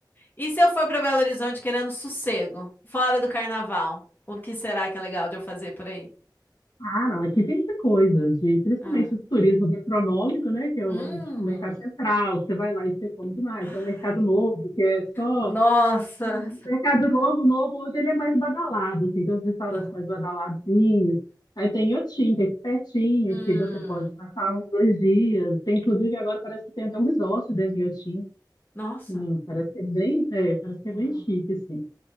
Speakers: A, on the left; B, on the left.
A: E se eu for para Belo Horizonte querendo sossego, fora do carnaval, o que será que é legal de eu fazer por aí?
B: Ah, não, aqui tem muita coisa, de, principalmente
A: Hum.
B: o turismo gastronômico, né? Que é
A: Hum.
B: o, tipo, o mercado central, você vai lá e você come demais.
A: Ai,
B: Tem um mercado novo, que é só
A: nossa.
B: O Mercado Novo, novo, hoje ele é mais badalado, assim, tem uns restaurantes
A: Aham.
B: mais badaladinhos. Aí tem Otim, que é aqui pertinho,
A: Hum.
B: que você pode passar uns dois dias. Tem, inclusive, agora parece que tem até um resort dentro de Otim.
A: Nossa.
B: E não- Parece que é bem, é, parece que
A: Aham.
B: é bem chique, assim.